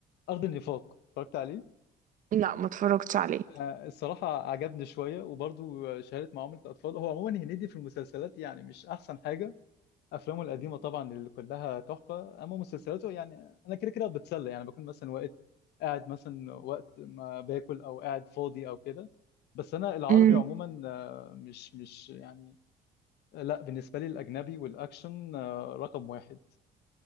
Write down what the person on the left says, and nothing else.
أرض النفاق اتفرجت عليه
آه، الصراحة عجبني شوية وبرضه شهادة معاملة أطفال هو عموما هنيدي في المسلسلات يعني مش أحسن حاجة أفلامه القديمة طبعا اللي كلها تحفة أما مسلسلاته يعني أنا كده كده بتسلى يعني بكون مثلا وقت قاعد مثلا وقت ما باكل أو قاعد فاضي أو كده بس أنا العربي
عموما آه، مش مش يعني لا بالنسبة لي الأجنبي والأكشن آه، رقم واحد